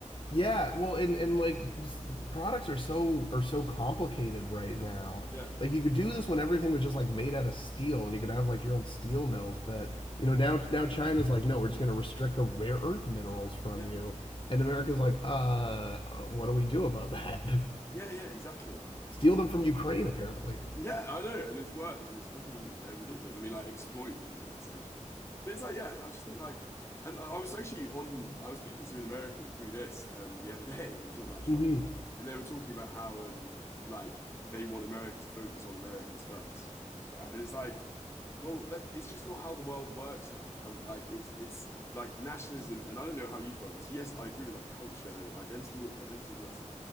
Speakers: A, on the left (about 40°); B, on the left (about 20°).
A: Yeah, well, and and like s- products are so are so complicated right now.
B: Yeah.
A: Like you could do this when everything was just like made out of steel, and you could have like your own steel mills. But you know now now China's like, no, we're just going to restrict the rare earth minerals from
B: Yeah.
A: you, and America's like, uh, what do we do about that?
B: Yeah, yeah, exactly.
A: <laughs> Steal them from Ukraine, apparently.
B: Yeah, I know, and it's worse. It's it's fucking uh, ridiculous. I mean, like exploit people essentially. But it's like, yeah, I just think like, and I I was actually on. I was speaking to an American through this um, the other day and talked about Trump,
A: hmm
B: and they were talking about how um, like they want America to focus on Americans first, all right? And it's like well that, it's just not how the world works now like i'm like it's it's like nationalism and i don't know how you feel this yes i agree with like culture identity identities and that stuff